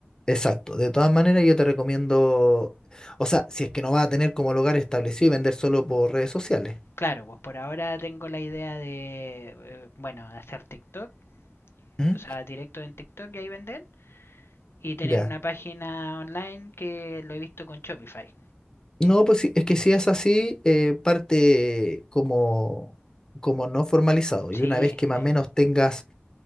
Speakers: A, on the left (about 20°); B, on the left (about 85°).
A: exacto, de todas maneras yo te recomiendo, o sea, si es que no vas a tener como lugar establecido y vender solo por redes sociales.
B: Claro, pues por ahora tengo la idea de, eh, bueno, hacer TikTok,
A: ¿Mm?
B: o sea, directo en TikTok y ahí vender. Y tener
A: Ya.
B: una página online que lo he visto con Shopify.
A: No, pues sí, es que si es así, eh, parte como, como no formalizado.
B: Sí,
A: Y una vez que más
B: sí,
A: o menos tengas